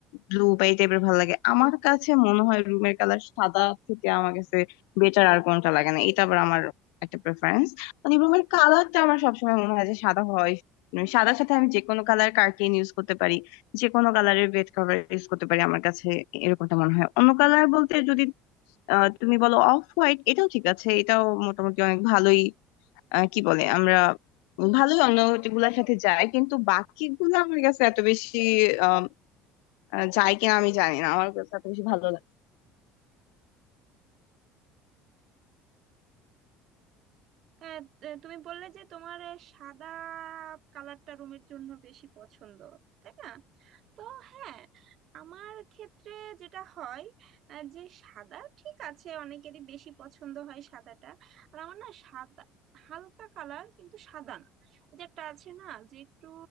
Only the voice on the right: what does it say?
হ্যাঁ আহ, তুমি বললে যে তোমার আহ, সাদা কালারটা রুমের জন্য বেশি পছন্দ তাই না তো হ্যাঁ আমার ক্ষেত্রে যেটা হয় আহ, যে সাদা ঠিক আছে অনেকেরই বেশি পছন্দ হয় সাদাটা আর আমার না সাদা হালকা কালার কিন্তু সাদা না ওই যে একটা আছে না যে একটু